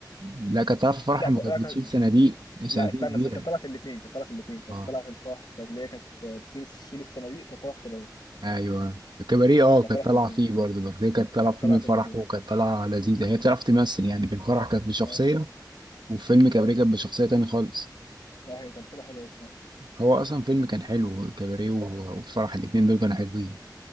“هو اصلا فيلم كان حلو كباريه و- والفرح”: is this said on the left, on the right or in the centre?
Right